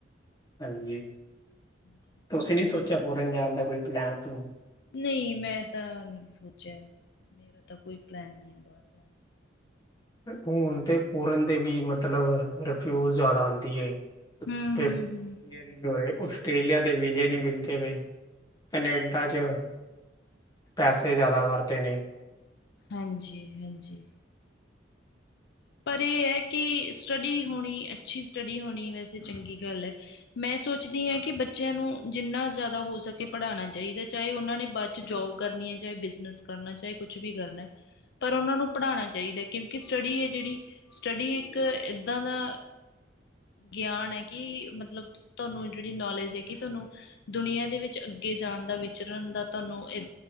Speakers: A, on the left; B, on the left.
A: ਹਾਂਜੀ
B: ਜੀ
A: ਤੁਸੀਂ ਵੀ ਸੋਚੇਆ ਫੋਰਨ ਜਾਨ ਦਾ ਕੋਈ ਪਲੈਨ ਪਲੂਨ।
B: ਨਈ ਮੈਂ ਤਾਂ ਨਈ ਸੋਚਿਆ, ਮੇਰਾ ਤਾਂ ਕੋਈ ਪਲੈਨ ਨਈ ਐ ਬਾਰ ਜਾਨ
A: ਹੁਨ ਤੇ ਫੋਰਨ ਦੇ ਵੀ ਮਤਲਬ ਡੋ ਫਿਊਜ਼ ਜ਼ਾਦਾ ਆਂਦੀ ਏ,
B: ਹੂੰ-ਹੂੰ,
A: ਤੇ
B: ਹੂੰ,
A: <unintelligible> ਓਸਟ੍ਰੇਲੀਆ ਦੇ ਵੀਜੇ ਨੀ ਮਿਲਦੇ ਪਏ। ਕਨੇਡਾ ਚ ਪੈਸੇ ਜ਼ਾਦਾ ਵਰਤੇ ਨੇ।
B: ਹਾਂਜੀ-ਹਾਂਜੀ। ਪਰ ਏ ਐ ਕਿ ਸਟੱਡੀ ਹੋਨੀ ਅੱਛੀ ਸਟੱਡੀ ਹੋਨੀ ਵੈਸੇ ਚੰਗੀ ਗੱਲ ਐ। ਮੈਂ ਸੋਚਦੀ ਆਂ ਕਿ ਬੱਚਿਆਂ ਨੂੰ ਜਿੰਨਾ ਜ਼ਾਦਾ ਹੋ ਸਕੇ ਪੜਾਣਾ ਚਾਈਦਾ ਚਾਏ ਓਨਾਂ ਨੇ ਜੋਬ ਕਰਨੀ ਐ ਚਾਏ ਬਿਜ਼ਨਸ ਕਰਨਾ ਚਾਏ ਕੁਛ ਵੀ ਕਰਨੈ। ਪਰ ਓਨਾਂ ਨੂੰ ਪੜਾਣਾ ਚਾਈਦਾ ਕਿਓਂਕਿ ਸਟੱਡੀ ਐ ਜੇੜੀ ਸਟੱਡੀ ਇੱਕ ਏਦਾਂ ਦਾ ਗਿਆਨ ਐ ਕਿ ਮਤਲਬ ਤਾਨੂੰ ਜੇੜੀ ਨੌਲੇਜ ਐ ਕਿ ਤਾਨੂੰ ਦੁਨੀਆਂ ਦੇ ਵਿੱਚ ਅੱਗੇ ਜਾਨ ਦਾ ਵਿਚਰਨ ਦਾ ਤਾਨੂੰ ਏ